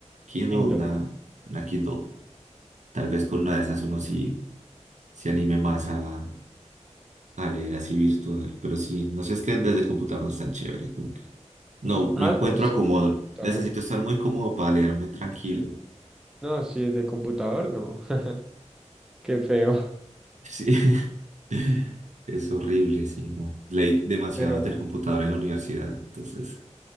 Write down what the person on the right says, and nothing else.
Kindle,
una, una Kindle. Tal vez con una de esas uno sí se anime más a, a leer así virtual, pero sí, no sé, es que desde el computador no es tan chévere. como que No, no
encuentro
acomodo.
Necesito estar muy cómodo para leerme tranquilo.
Sí, <laughs> es horrible, sí, no. Leí demasiado
desde el computador en la universidad, entonces,